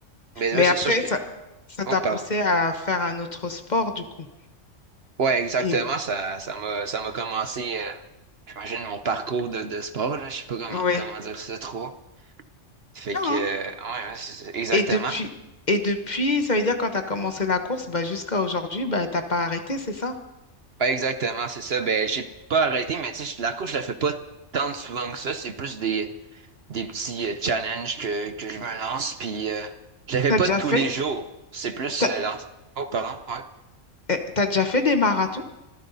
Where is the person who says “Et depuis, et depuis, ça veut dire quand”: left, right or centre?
Left